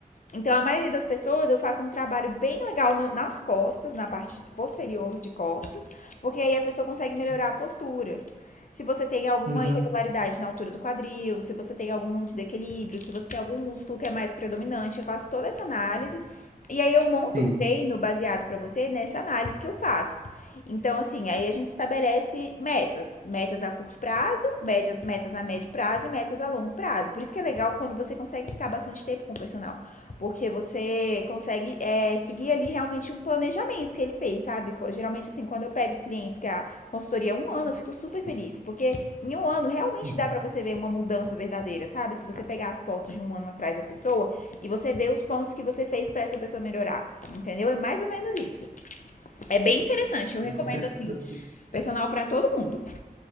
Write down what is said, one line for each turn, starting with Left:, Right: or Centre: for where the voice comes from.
Left: Então, a maioria das pessoas, eu faço um trabalho bem legal nas costas, na parte posterior de costas, porque aí a pessoa consegue melhorar a postura. Se você tem alguma
Right: Uhum,
Left: irregularidade na altura do quadril, se você tem algum desequilíbrio, se você tem algum músculo que é mais predominante, eu faço toda essa análise e aí eu monto
Right: sim.
Left: um treino baseado para você nessa análise que eu faço. Então, assim, aí a gente estabelece metas, metas a curto prazo, médias, metas a médio prazo e metas a longo prazo. Por isso que é legal quando você consegue ficar bastante tempo com o personal. Porque você consegue é, seguir ali realmente um planejamento que ele fez, sabe? Geralmente, assim, quando eu pego clientes que a consultoria é um ano, eu fico super feliz. Porque em um ano realmente
Right: Uhum.
Left: dá pra você ver uma mudança verdadeira, sabe? Se você pegar as fotos de um ano atrás da pessoa e você ver os pontos que você fez pra essa pessoa melhorar. Entendeu? É mais ou menos isso. É bem interessante. Eu
Right: Agora
Left: recomendo,
Right: eu tô entendendo.
Left: assim,
Right: Eu- eu-
Left: personal pra todo mundo.